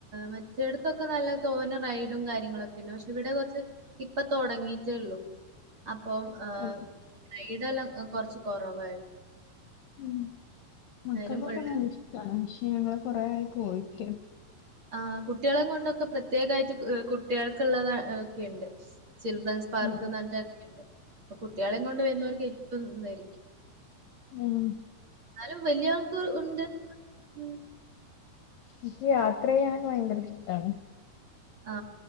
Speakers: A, on the right (about 35°); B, on the left (about 70°).
A: മറ്റടുത്തോക്കെ നല്ല തോനെ റൈഡും കാര്യങ്ങളോക്കെയണ്ട് പക്ഷെ ഇവിടെ കുറച്ച് ഇപ്പ തുടങ്ങിട്ടേള്ളൂ അപ്പം ആ
B: ഉം
A: റൈടെല്ലാം അ കൊറച്ച് കൊറവായിരുന്നു
B: ഉം മക്കൾക്കൊക്കെ
A: എന്നാലും ഉള്ള
B: നല്ലഇഷ്ട്ടാണ് ഞങ്ങള് കോറെ ആയി പോയിട്ട്
A: ആ കുട്ടിയെളം കോണ്ടൊക്ക പ്രത്യേകായിട്ട് കുട്ടികൾക്കുള്ളത ഒക്കെയുണ്ട് ചിൽഡ്രൻസ് പാർക്ക്ന്ന്
B: ഉം
A: പറഞ്ഞി <unintelligible> ആ കുട് കുട്ടിയേളീം കോണ്ട് വരുന്നോർക്ക് <unintelligible> ന്നായിരിക്കും
B: ഉം
A: എന്നാലും വലിയ ആൾക്ക് ഉണ്ട് മ്മ്
B: ഇൻക്ക് യാത്ര യ്യാനോക്കെ ഭയങ്കര ഇഷ്ട്ടാണ്
A: ആ